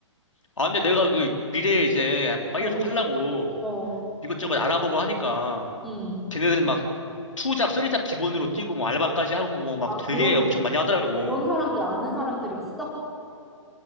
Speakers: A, on the left; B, in the centre.
A: 아, 근데 내가 그 미래에 이제 파이어족
B: 어,
A: 하려고
B: 어,
A: 이것저것 알아보고 하니까
B: 음.
A: 걔네들 막 투잡, 쓰리잡 기본으로 뛰고 뭐 알바까지 하고 뭐 막
B: 아,
A: 되게
B: 그런,
A: 엄청 많이 하더라고.
B: 그런 사람들 아는 사람들이 있어?